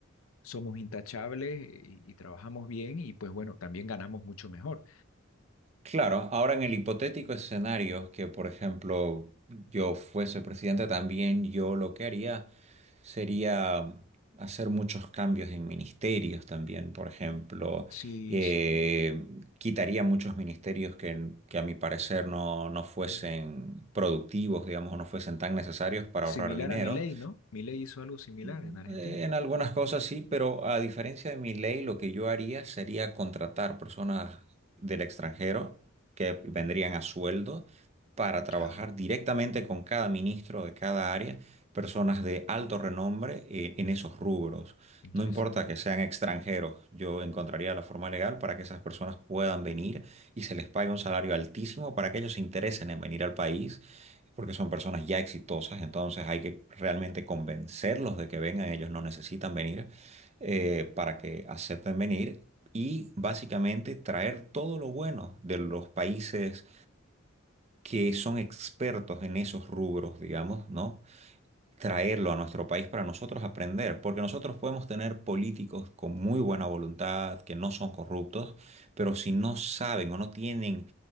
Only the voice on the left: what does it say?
somos intachables y, y trabajamos bien y pues bueno, también ganamos mucho mejor.
Sí,
sí.
Mm,
Similar
a Milei, ¿no? Milei hizo algo similar
en Argentina.
Ya,
interesante.